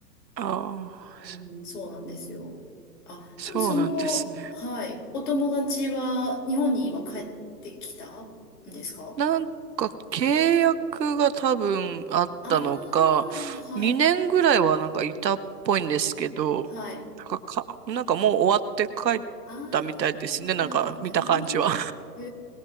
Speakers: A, on the right; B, on the left.
A: ああー、
B: うん、
A: そ
B: そうなんですよ。あ、
A: そうなんですね。
B: でもその、はい、お友達は日本に今帰ってきたんですか
A: なんか契約が多分あったのか、
B: ああー、
A: 2年ぐらいはなんかいたっぽいんですけど、
B: はい、はい。
A: なんか、か、なんかもう終わって帰ったみたいですね。
B: ああ、
A: なんか見た感じは。
B: なるほど。へ